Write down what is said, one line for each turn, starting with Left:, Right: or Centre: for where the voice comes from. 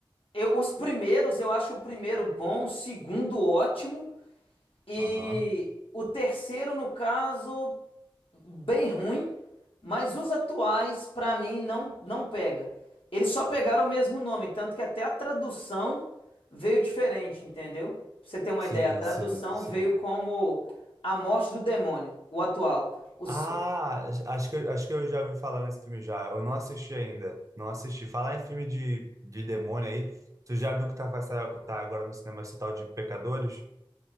Left: eu os primeiros, eu acho o primeiro bom, o segundo ótimo e
Right: aham.
Left: o terceiro no caso bem ruim, mas os atuais, pra mim, não, não pega. Eles só pegaram o mesmo nome, tanto que até a tradução veio diferente, entendeu? Pra você ter uma
Right: Sim,
Left: ideia, a tradução
Right: sim, sim.
Left: veio como A Morte do Demônio, o atual. O, s-
Right: Ah, acho que, eu- acho que eu já ouvi falar nesse filme já. Eu não assisti ainda. Não assisti. Falar em filme de, de demônio aí. Tu já viu que tá, vai sair- tá agora no cinema esse tal de Pecadores?